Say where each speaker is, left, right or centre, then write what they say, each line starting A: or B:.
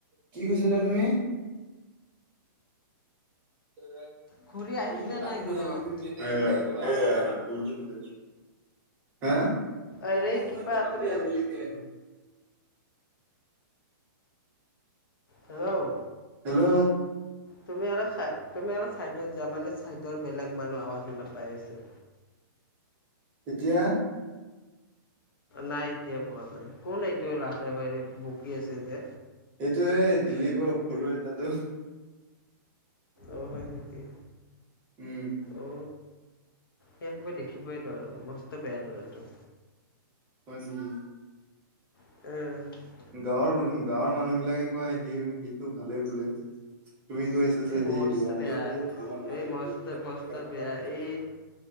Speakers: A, on the right; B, on the left.
A: কি কৈছিলা তুমি? <unintelligible>
B: খুৰী আহিল নে নাই ঘৰত
A: <unintelligible> হা?
B: আৰে
A: <unintelligible>
B: কিবা তুমি
A: আবেলিকে।
B: হেল্ল'!
A: হেল্ল'!
B: তুমি অলপ চাই তুমি অলপ ছাইডত যাবা, মানে ছাইডৰ বেলেগ মানুহৰ আৱাজ শুনা পাই আছে।
A: এতিয়া?
B: নাই, এতিয়া পোৱা নাই। কোন এইটো <unintelligible> একেবাৰে বকি আছে যে।
A: এইটো এ দিলীপৰ সৰু বেটাতো।
B: অ' হয় নেকি?
A: উম,
B: অ' তাক মই দেখিবই নোৱাৰো, মস্ত বেয়া ল'ৰাটো।
A: হয় নেকি?
B: অঁ।
A: গাঁৱৰ গাঁৱৰ মানুহ বিলাকে কয়, সি সিটো ভালে বোলে। তুমি কৈ আছা
B: এই
A: যে সি
B: মস্ত
A: বেয়া, <unintelligible>
B: এই মস্ত মস্ত বেয়া
A: কৰ সেইটো
B: এই